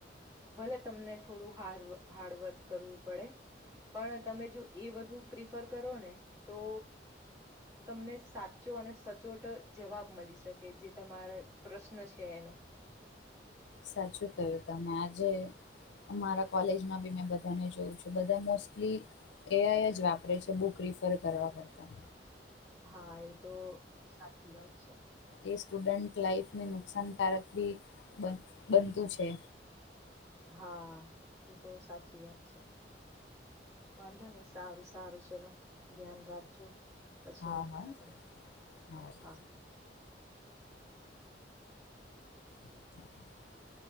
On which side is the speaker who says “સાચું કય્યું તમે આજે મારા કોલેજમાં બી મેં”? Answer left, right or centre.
Left